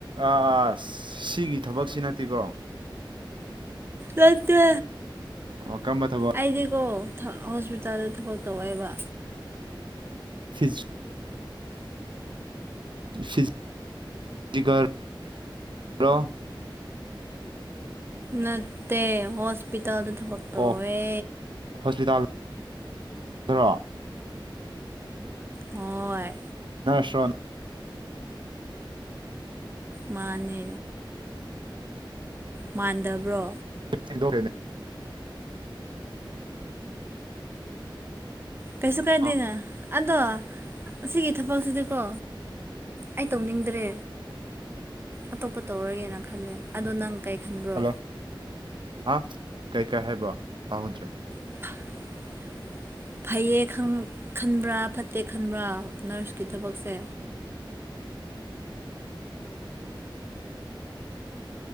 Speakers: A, on the right (about 65°); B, on the right (about 25°).
A: ꯑꯥꯁ ꯁꯤꯒꯤ ꯊꯕꯛꯁꯤ ꯅꯠꯇꯦꯀꯣ
B: ꯅꯠꯇꯦ
A: ꯑꯣ ꯀꯔꯝꯕ ꯊꯕꯛ
B: ꯑꯥꯏꯗꯤꯀꯣ ꯊ ꯍꯣꯁꯄꯤꯜ ꯗꯥꯜꯗ ꯊꯕꯛ ꯇꯧꯋꯦꯕ
A: ꯐꯤꯖ <unintelligible> ꯐꯤꯖꯤꯒꯔ ꯔꯣ <unintelligible>
B: ꯅꯠꯇꯦ ꯍꯣꯁꯄꯤꯇꯥꯜꯗ ꯊꯕꯛ ꯇꯧꯋꯦ
A: ꯑꯣ ꯍꯣꯁꯄꯤꯇꯥꯜ ꯗꯔꯣ
B: ꯍꯣꯏ
A: ꯅꯥꯔꯁꯔꯣ
B: ꯃꯥꯅꯦ ꯃꯥꯟꯗꯕ꯭ꯔꯣ
A: <unintelligible> ꯊꯤꯟꯗꯣꯛꯈ꯭ꯔꯦꯅꯦ
B: ꯀꯩꯁꯨ ꯀꯥꯏꯗꯦꯅ
A: ꯑꯥ
B: ꯑꯗꯣ ꯑꯁꯤꯒꯤ ꯊꯕꯛꯁꯤꯗꯤꯀꯣ ꯑꯩ ꯇꯧꯅꯤꯡꯗ꯭ꯔꯦ ꯑꯇꯣꯞꯄ ꯇꯧꯔꯒꯦꯅ ꯈꯜꯂꯦ ꯑꯗꯣ ꯅꯪ ꯀꯩ ꯈꯟꯕ꯭ꯔꯣ
A: ꯍꯜꯂꯣ ꯍꯥ ꯀꯩꯀꯩ ꯍꯥꯏꯕ꯭ꯔꯣ ꯇꯥꯍꯧꯗ꯭ꯔꯦ
B: <inaudible> ꯐꯩꯌꯦ ꯈꯟꯕ꯭ꯔꯥ ꯐꯠꯇꯦ ꯈꯟꯕ꯭ꯔꯥ ꯅꯥꯔꯁꯀꯤ ꯊꯕꯛꯁꯦ